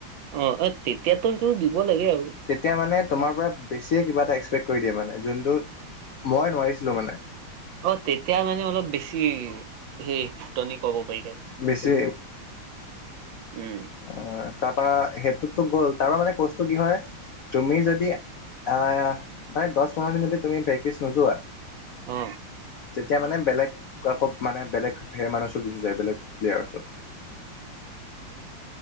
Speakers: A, on the right (about 75°); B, on the left (about 70°).
A: অ এ তেতিয়াতো সেটো দিব লাগে আৰু।
B: তেতিয়া মানে তোমাৰ পৰা বেছিয়ে কিবা এটা এক্সপেক্ট কৰি দিয়ে মানে যোনটো মই নোৱাৰিছিলো মানে।
A: অ তেতিয়া মানে অলপ বেছি সেই ফুটনি কব পাৰিব দিয়ক
B: বেছি
A: উম
B: অ তাৰপা সেইটোতো গ'ল তাৰ পৰা মানে কচটো কি হয় তুমি যদি আ মানে দহ পোন্ধৰ দিন যদি তুমি প্ৰেক্টিছ নোযোৱা
A: অ
B: তেতিয়া মানে বেলেগ আকৌ মানে বেলেগে সেই মানুহৰ ওচৰত গুচি যায় বেলেগ প্লেয়াৰ ওচৰত